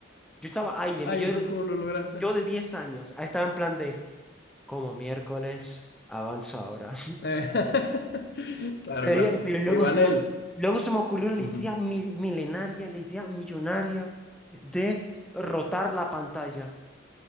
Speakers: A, in the centre; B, on the left (about 55°).
A: Yo estaba ahí, de
B: Ay,
A: mi yo
B: entonces,
A: de,
B: ¿cómo lo lograste?
A: yo de 10 años. Ahí estaba en plan de... Como miércoles, avanza ahora.
B: Eh, <laughs> Claro,
A: Se veía-
B: claro.
A: pero luego
B: E Igual
A: se
B: él.
A: me, luego se me ocurrió la
B: Ujú.
A: idea mil- milenaria, la idea millonaria de rotar la pantalla.